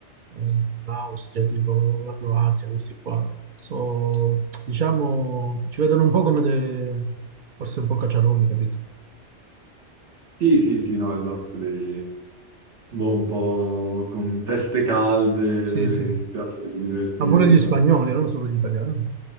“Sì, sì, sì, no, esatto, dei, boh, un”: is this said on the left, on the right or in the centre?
Right